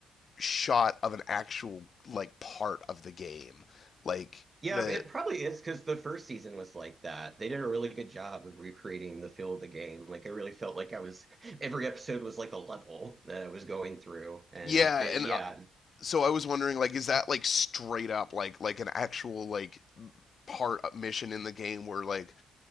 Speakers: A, on the left; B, on the right.
A: shot of an actual like part of the game like
B: yeah.
A: the
B: It probably is because the first season was like that. They did a really good job of recreating the feel of the game. Like I really felt like I was every episode was like a level that I was going through, and
A: yeah
B: that
A: and
B: yeah,
A: uh, so i was wondering like is that like straight up like like an actual like part mission in the game where like